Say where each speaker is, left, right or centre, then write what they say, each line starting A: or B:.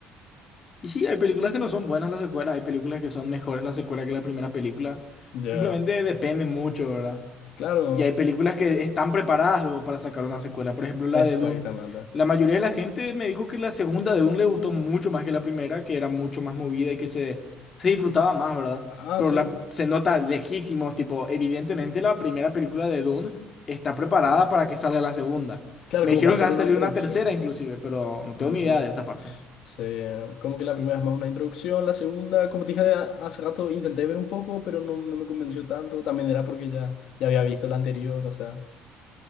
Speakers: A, on the left; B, on the left.
A: Y sí, hay películas que no son buenas las secuelas, hay películas que son mejores las secuelas que la primera película.
B: Ya,
A: Simplemente depende mucho, ¿verdad?
B: Claro,
A: Y hay películas que están preparadas luego para sacar una secuela. Por ejemplo, la
B: exactamente.
A: de Dune. La mayoría de la gente me dijo que la segunda de Dune le gustó mucho más que la primera, que era mucho más movida y que se, se disfrutaba más, ¿verdad?
B: Ah,
A: Pero
B: sí,
A: la, se nota lejísimos, tipo, evidentemente la primera película de Dune está preparada para que salga la segunda.
B: claro,
A: Me
B: como
A: dijeron
B: para hacer
A: que van
B: una
A: a salir
B: introducción.
A: una tercera inclusive, pero no
B: Ujú.
A: tengo ni idea de esa parte.
B: Sí, como que la primera es más una introducción, la segunda, como te dije a- hace rato, intenté ver un poco, pero no, no me convenció tanto. También era porque ya, ya había visto la anterior, o sea.